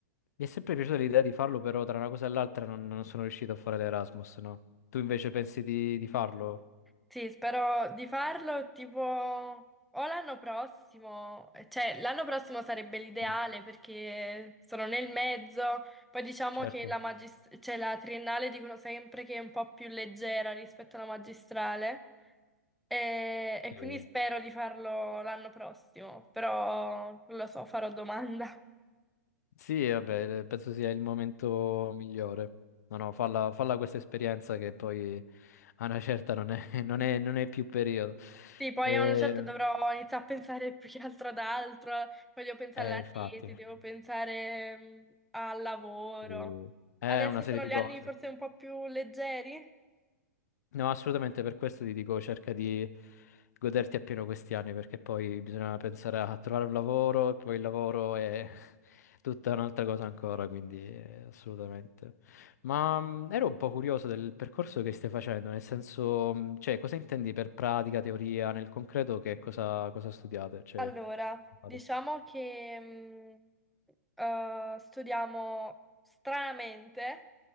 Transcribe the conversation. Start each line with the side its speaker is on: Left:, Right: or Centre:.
Left: è sempre piaciuta l'idea di farlo, però tra una cosa e l'altra non, non sono riuscito a fare l'Erasmus, no? Tu invece pensi di, di farlo?
Centre: Sì, spero di farlo tipo o l'anno prossimo, cioè l'anno prossimo sarebbe l'ideale
Left: Mm.
Centre: perché sono nel mezzo, poi diciamo
Left: Certo.
Centre: che la magis- cioè, la triennale dicono sempre che è un po' più leggera rispetto alla magistrale e, e
Left: Eh,
Centre: quindi spero di farlo l'anno prossimo, però non lo so, farò domanda.
Left: Sì, eh, vabbè, penso sia il momento migliore. No, no, falla, falla questa esperienza che poi a una certa non è, <laughs> non è- non è più periodo.
Centre: Sì, poi
Left: Eh,
Centre: a una certa dovrò iniziare a pensare più che altro ad altro, poi devo pensare
Left: eh,
Centre: alla
Left: infatti,
Centre: tesi, devo pensare mm, al lavoro.
Left: eh, è
Centre: Adesso
Left: una serie
Centre: sono
Left: di
Centre: gli
Left: cose.
Centre: anni forse un po' più leggeri,
Left: No, assolutamente per questo ti dico, cerca di goderti appieno questi anni, perché poi bisogna pensare a trovare un lavoro e poi il lavoro è <laughs> tutta un'altra cosa ancora, quindi eh, assolutamente. Ma mh, ero un po' curioso del percorso che stai facendo, nel senso, mh, cioè, cosa intendi per pratica, teoria, nel concreto che cosa, cosa studiate? Cioè,
Centre: Allora,
Left: Vado.
Centre: diciamo che mh, eh, studiamo stranamente